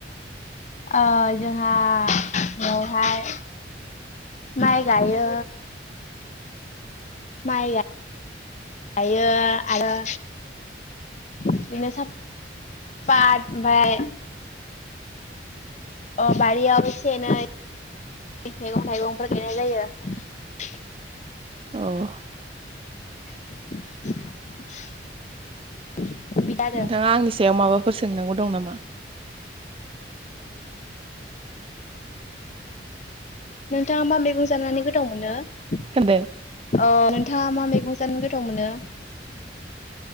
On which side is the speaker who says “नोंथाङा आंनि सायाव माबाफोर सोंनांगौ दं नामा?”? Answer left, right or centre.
Right